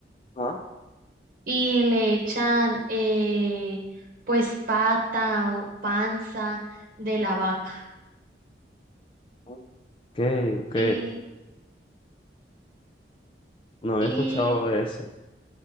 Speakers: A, on the left; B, on the right.
A: Ah,
B: y le echan eh, pues pata o panza de la vaca.
A: ok, ok.
B: Y,
A: No había
B: y
A: escuchado de ese.